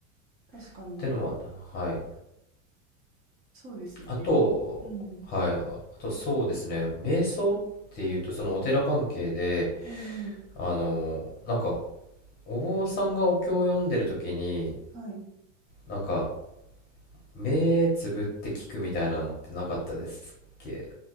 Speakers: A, on the right; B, on the left.
A: 確かに、
B: ってのも、はい。
A: そうですよね。
B: あと、
A: うん。
B: はい、ああとそうですね、瞑想っていうと、そのお寺関係で、
A: えー、
B: あの、なんかお坊さんがお経を読んでる時に
A: はい。
B: なんか目つぶって聞くみたいなのってなかったですっけ